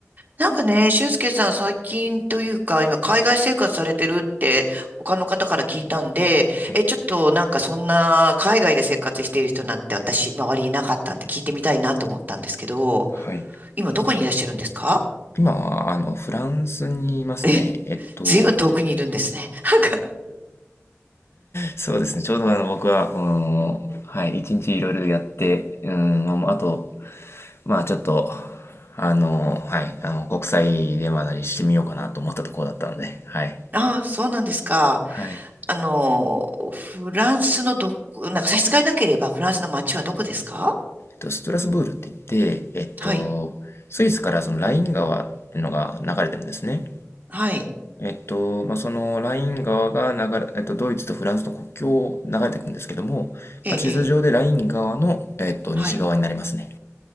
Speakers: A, on the right (about 40°); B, on the left (about 60°).
A: なんかね、俊介さん最近というか、今海外生活されてるって他の方から聞いたんで、
B: はい。
A: え、ちょっとなんかそんな海外で生活している人なんて私、周りいなかったんで聞いてみたいなと思ったんですけど、
B: はい。
A: 今どこにいらっしゃるんですか
B: 今は、あの、フランスにいますね。
A: え、
B: えっと、
A: ずいぶん遠くにいるんですね。<laughs> なんか、
B: そうですね、ちょうどあの、僕は、うん、はい、一日いろいろやって、うん、まああと、まあ、ちょっと、あの、はい、あの、国際電話なりしてみようかなと思ったところだったので、はい。
A: ああ、そうなんですか。
B: はい。
A: あの、フランスのど、なんか差し支えなければフランスの街はどこですか
B: と、ストラスブールって言って、えっと、
A: はい、
B: スイスからそのライン川っていうのが流れてるんですね。
A: はい、
B: えっと、まあ、そのライン川が流れ、えっと、ドイツとフランスの国境を流れていくんですけども、
A: ええ、
B: まあ、地図上でライン川の、
A: ええ
B: えっと、
A: はい。
B: 西側になりますね。